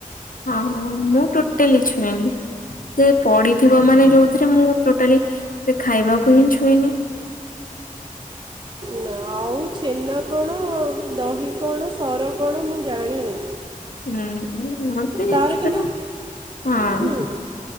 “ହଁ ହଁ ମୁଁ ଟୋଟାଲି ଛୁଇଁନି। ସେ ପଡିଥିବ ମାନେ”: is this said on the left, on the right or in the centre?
Left